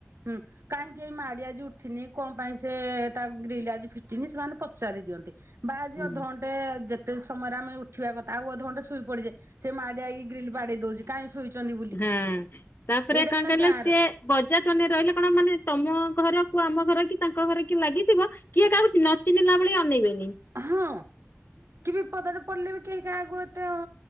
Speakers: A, on the right; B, on the left.
A: ହୁଁ କାହିଁକି ଏ ମା ଟି ଆଜି ଉଠ। ଠିନି କଣ ପାଇଁ ସେ ତା ଗ୍ରିଲ ଆଜି ଫିଟିନି ସେମାନେ ପଚାରି ଦିଅନ୍ତି ବା ଆଜି
B: ହୁଁ
A: ଅଧଘ। ଗେ ଯେତେ ସମୟରେ ଆମେ ଉଠିବା କଥା ଆଉ ଅଧଘଣ୍ଟେ ଶୋଇ ପଡିଛେ। ସେ ମା ଯାଇକ ଗ୍ରିଲ ବାଡେଇ ଦଉଚି କାହିଁକି ଶୋଇଚନ୍ତି ବୋଲି
B: ହଁ। ତାପରେ
A: ଏଇଟା
B: କଣ
A: ହେଲା
B: କହିଲ
A: ଗାଁର।
B: ସିଏ ବଜାର, ଟାଉନ୍ ରେ ରହିଲେ କଣ ମାନେ ତମ ଘରକୁ ଆମ ଘର କି ତାଙ୍କ ଘର କି ଲାଗିଥିବ। କିଏ କାହାକୁ ନ ଚିହ୍ନିଲା ଭଳି ଅନେଇବେନି।
A: ହଁ, କି ବି ପଦାରେ ପଡ଼ିଲେ ବି କେହି କାହାକୁ ଏତେ ହଁ